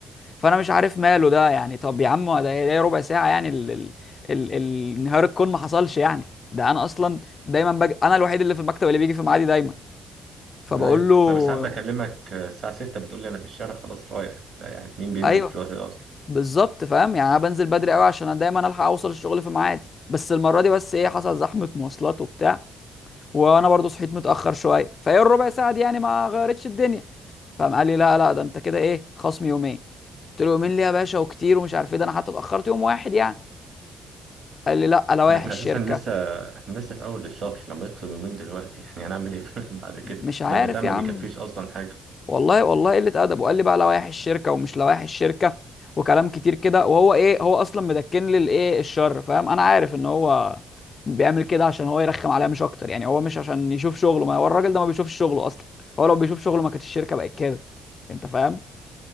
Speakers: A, on the left; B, on the right.
A: فانا مش عارف ماله ده يعني طب يا عم ده إيه؟ ده ربع ساعه يعني ال... ال... ال... ال- انهيار الكون ما حصلش يعني ده انا اصلا دايما بج... انا الوحيد اللي في المكتب اللي بيجي في ميعادي دايما فبقول
B: ايوه
A: له
B: انا بس حابب اكلمك آه، الساعه 6 بتقول لي انا في الشارع خلاص رايح ده يعني مين بينزل
A: ايوه
B: في الوقت ده اصلا
A: بالظبط فاهم يعني انا بنزل بدري قوي عشان أنا دايما الحق اوصل الشغل في ميعادي بس المره دي بس ايه حصل زحمه مواصلات وبتاع وانا برضو صحيت متاخر شويه فايه الربع ساعه دي يعني ما غيرتش الدنيا فقام قال لي لا لا ده انت كده ايه خصم يومين قلت له يومين ليه يا باشا وكتير ومش عارف ايه ده انا حتى اتاخرت يوم واحد يعني قال لي لا لوائح
B: ده احنا
A: الشركه
B: اساسا لسه احنا لسه في اول الشهر لما يخصم يومين دلوقتي احنا يعني هنعمل ايه <laughs> بعد كده
A: مش عارف
B: ده البتاع ما
A: يا عم
B: بيكفيش اصلا حاجه
A: والله والله قلة أدب وقال لي بقى لوائح الشركة ومش لوائح الشركة وكلام كتير كده وهو إيه هو أصلا مدكن لي الإيه الشر فاهم أنا عارف إن هو بيعمل كده عشان هو يرخم عليا مش أكتر يعني هو مش عشان يشوف شغله ما هو الراجل ده ما بيشوفش شغله أصلا هو لو بيشوف شغله ما كانتش الشركة بقت كده أنت فاهم؟